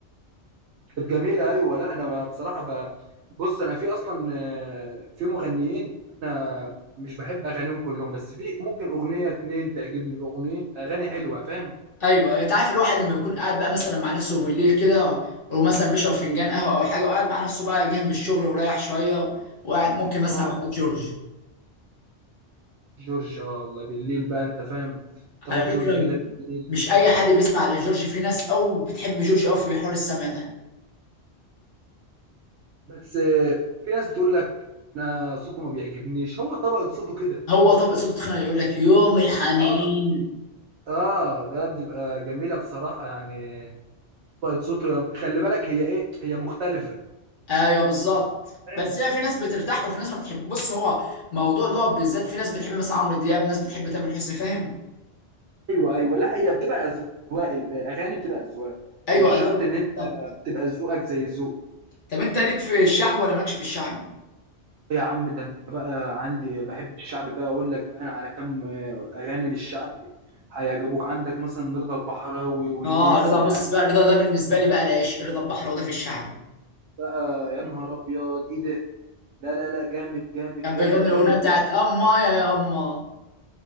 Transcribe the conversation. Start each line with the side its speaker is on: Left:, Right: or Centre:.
Right: كانت جميله ايوه لا انا بقى بصراحه بقى بص انا في اصلا آه، في مغنيين انا مش بحب اغانيهم كلهم بس في ممكن اغنيه اتنين تعجبني باغنيين اغاني حلوه فاهم
Left: ايوه يعني انت عارف الواحد لما يكون قاعد بقى مثلا مع نفسه بالليل كده ومثلا بيشرب فنجان قهوه او حاجه وقاعد مع نفسه بقى جه من الشغل ورايح شويه وقاعد ممكن مثلا
Right: اه
Left: على جورج
Right: جورج آه، الله بالليل بقى انت فاهم تاخد
Left: على
Right: جورج
Left: فكره
Right: كده بالليل
Left: مش اي حد بيسمع لجورج في ناس او بتحب جورج او في حوار السمع ده
Right: بس آه، في ناس بتقول لك انا صوته ما بيعجبنيش هو طبقه صوته كده
Left: هو طبق صوته تخينه يقول لك يوم الحنين
Right: اه اه ده بتبقى جميله بصراحه يعني طبقة صوته يا- خلي بالك هي ايه هي مختلفة
Left: ايوه بالظبط
Right: فاهم
Left: بس هي في ناس بترتاح له وفي ناس ما بتحب بص هو موضوع ده بالذات في ناس بتحب مثلا عمرو دياب ناس بتحب تامر حسني فاهم
Right: ايوه ايوه لا هي بتبقى اذواق الاغاني بتبقى اذواق
Left: ايوه
Right: مش شرط
Left: اذواق
Right: ان
Left: بالظبط
Right: انت تبقى ذوقك زي ذوق
Left: طب انت ليك في الشعب ولا مالكش في الشعب
Right: يا عم ده انت بقى عندي بحب الشعبي بقى اقول لك بقى انا على كام آه، اغاني للشعبي هيعجبوك عندك مثلا رضا البحراوي والليسي
Left: اه رضا بص
Right: العيال
Left: بقى رضا ده بالنسبه لي بقى العيش رضا البحراوي ده في الشعب
Right: بقى يا نهار ابيض ايه ده لا لا لا جامد جامد
Left: كان
Right: جامد
Left: بيغني الاغنيه
Right: جامد
Left: بتاعت
Right: يعني.
Left: اما يا يما